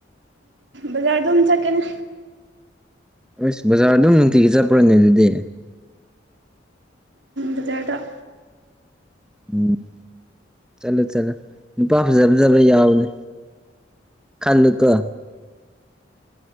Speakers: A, on the right; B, in the centre.
A: ꯑꯦ ꯖꯥꯔꯗꯝ ꯆꯠꯀꯅꯦ
B: ꯑꯁ ꯕꯖꯥꯔ ꯑꯗꯨꯝ ꯅꯨꯡꯇꯤꯒꯤ ꯆꯠꯄ꯭ꯔꯣꯅꯦ ꯑꯗꯨꯗꯤ
A: ꯕꯖꯔꯗ
B: ꯎꯝ ꯆꯠꯂꯣ ꯆꯠꯂꯣ ꯅꯨꯄꯥ ꯐꯖ ꯐꯖꯕ ꯌꯥꯎꯕꯅꯦ ꯈꯜꯂꯀ